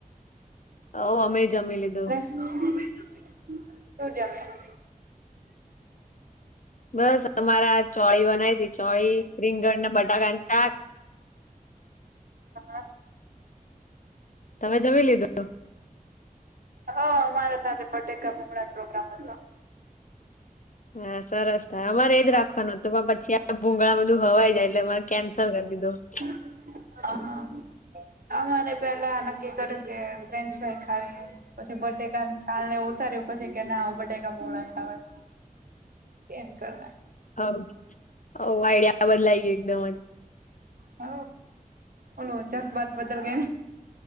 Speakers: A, on the left; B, on the right.
A: હવ અમેય જમી લીધું.
B: <inaudible> શું જમ્યા?
A: બસ તમારા ચોળી બનાવી તી ચોળી રીંગણ ના બટાકા છાક
B: અહ
A: તમે જવી લીધું
B: હા અમારા સાથે ફટેકા ભમણા પ્રોગ્રામ હતો
A: હા સરસ થાય અમારે એજ રાખવાનું હતું પણ પછી આ ભુંંગળામાં બધું હવાઈ જાય એટલે મારે કેન્સલ કરી દીધું
B: હ હા અરે પેલા નક્કી કર્યું કે ફ્રેન્ચ ફ્રાાઈ ખાવીએ પછી બટેકા છાલ ને ઉતાર્યું પછી કે ના બટેકા પોળા ખવા ચન્જ કર
A: આઈડિયા બદલા ગય એકદમ જ
B: હ ઓોલુંચસ વાત બદલ કે